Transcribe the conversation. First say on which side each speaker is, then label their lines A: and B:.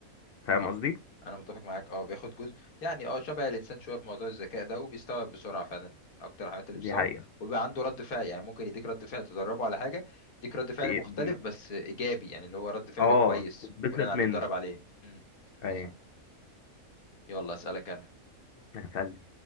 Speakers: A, on the left; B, on the left.
A: فاهم
B: صح
A: قصدي
B: انا متفق معاك اه بياخد جزء يعني اه شبه الانسان شويه في موضوع الذكاء ده وبيستوعب بسرعه فعلا اكتر الحاجات اللي
A: دي
B: بتستوعب
A: حقيقة
B: وبيبقى عنده رد فعل يعني ممكن يديك رد فعل تدربه على حاجه يديك رد فعل
A: بي-
B: مختلف
A: م-
B: بس ايجابي يعني اللي هو رد فعل
A: اه
B: كويس
A: تتبسط
B: بناء على اللي
A: منه
B: اتدرب عليه امم
A: ايوه
B: بالظبط يلا اسالك انا
A: هسأل